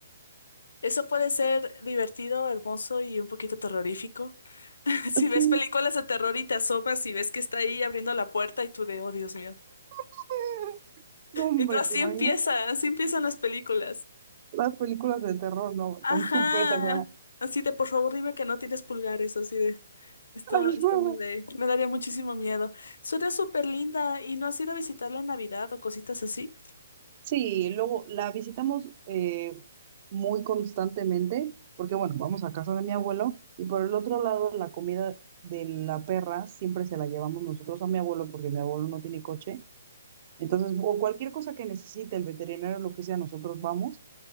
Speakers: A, on the left; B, on the right.
A: Eso puede ser divertido, hermoso y un poquito terrorífico. <laughs> Si
B: Así,
A: ves películas de terror y te asomas y ves que está ahí abriendo la puerta y tú de, oh Dios mío.
B: <laughs> no, hombre,
A: Entonces
B: ¿te
A: así
B: imaginas?
A: empieza, así empiezan las películas.
B: Las películas de terror, no,
A: Ajá.
B: con tu perra.
A: Así de, por favor, dime que no tienes pulgares, así de. Esto,
B: <laughs>
A: esto me, de- me daría muchísimo miedo. Suena súper linda. ¿Y no has ido a visitarla en Navidad o cositas así?
B: Sí, luego la visitamos eh, muy constantemente, porque bueno, vamos a casa de mi abuelo y por el otro lado la comida de la perra siempre se la llevamos nosotros a mi abuelo porque mi abuelo no tiene coche. Entonces, o cualquier cosa que necesite el veterinario, lo que sea, nosotros vamos